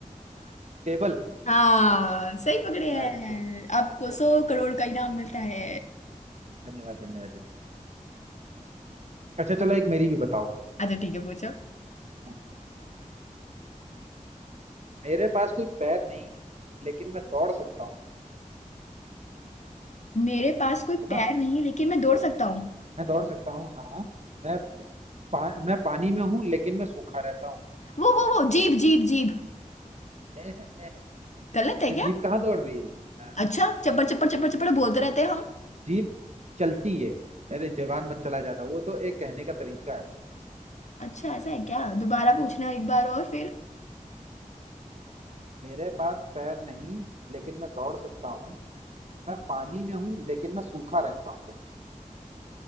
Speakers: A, on the right; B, on the left.
A: अ, टेबल
B: हाँ सही पकड़े
A: अच्छा
B: हैं
A: अच्छा
B: आपको
A: अच्छा
B: सौ
A: अच्छा
B: करोड़ का इनाम मिलता है
A: धन्यवाद धन्यवाद धन्यवाद अच्छा चलो एक मेरी भी बताओ
B: अच्छा ठीक है पूछो
A: हाँ, मेरे पास कोई पैर नहीं लेकिन मैं दौड़ सकता हूँ
B: मेरे पास कोई
A: है ना
B: पैर नहीं लेकिन मैं दौड़ सकता हूँ
A: मैं दौड़ सकता हूँ हाँ मैं पा, मैं पानी में हूँ लेकिन मैं सूखा रहता हूँ
B: वो वो वो जीभ जीभ जीभ
A: <laughs>
B: गलत है
A: जो
B: क्या
A: जीभ कहाँ दौड़ रही है हाँ,
B: अच्छा चप्पड़ चप्पड़ चप्पड़ चप्पड़ बोलते रहते हैं हम
A: जीभ चलती है अरे जवान मत चला जाता वो तो एक कहने का तरीका है
B: अच्छा ऐसा है क्या दोबारा पूछना एक बार और फिर
A: मेरे पास पैर नहीं लेकिन मैं दौड़ सकता हूँ मैं पानी में हूँ लेकिन मैं सूखा रहता हूँ